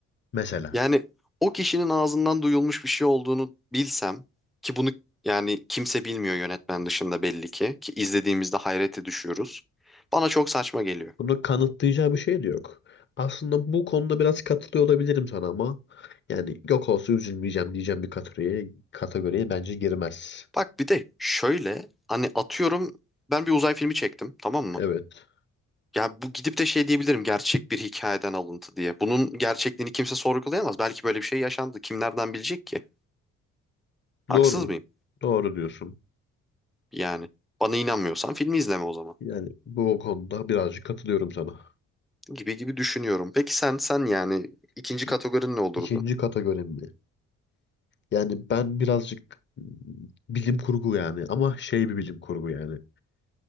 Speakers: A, on the left (about 40°); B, in the centre.
A: Mesela.
B: Yani o kişinin ağzından duyulmuş bir şey olduğunu bilsem ki bunu yani kimse bilmiyor yönetmen dışında belli ki ki izlediğimizde hayrete düşüyoruz. Bana çok saçma geliyor.
A: Bunu kanıtlayacağı bir şey de yok. Aslında bu konuda biraz katılıyor olabilirim sana ama yani yok olsa üzülmeyeceğim diyeceğim bir kategoriye, kategoriye bence girmez.
B: Bak bir de şöyle hani atıyorum ben bir uzay filmi çektim tamam mı?
A: Evet.
B: Yani bu gidip de şey diyebilirim gerçek bir hikayeden alıntı diye. Bunun gerçekliğini kimse sorgulayamaz. Belki böyle bir şey yaşandı. Kim nereden bilecek ki? Haksız
A: Doğru.
B: mıyım?
A: Doğru diyorsun.
B: Yani bana inanmıyorsan filmi izleme o zaman.
A: Yani bu konuda birazcık katılıyorum sana.
B: Gibi gibi düşünüyorum. Peki sen sen yani ikinci
A: İki,
B: kategorin ne olurdu?
A: ikinci kategorim mi? Yani ben birazcık mm, bilim kurgu yani ama şey bir bilim kurgu yani.